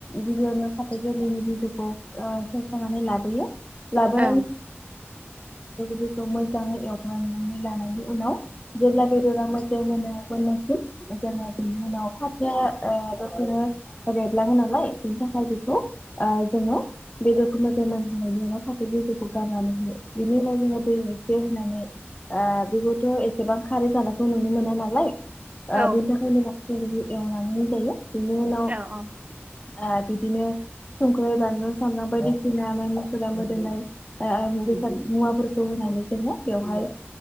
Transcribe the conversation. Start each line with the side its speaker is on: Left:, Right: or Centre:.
Left: गिबियावनो फाथो गोरलैनि बिजौखौ ओ खेबस'नानै लाबोयो <unintelligible> बे
Right: औ
Left: बिजौखौ मोजाङै एवग्रांनानै लानायनि उनाव जेब्ला बेदरा मोजां मोनो मोननायसिम जोङो बेनि उनाव फाथो ओ दसेनो देरलाङो नालाय बिनि थाखाय बेखौ जोङो बेदरखौ मोजां मोनहोनायनि उनाव फाथो बिजौफोरखौ गारनानै होयो बिनि उनाव जों दै एसे होनानै ओ बेबोथ' एसेबां खारै जानायखौ नुनो मोना नालाय
Right: औ
Left: बेनि थाखायनो बांसि बेखौ एवनानै जायो बेनि उनाव ओ
Right: औ
Left: बिदिनो संख्रै, बानलु, सामब्राम बायदिसिना माइ मसला मो दोमनाय ओ बेसाद मुवाफोरखौ होनानै जोङो बेवहाय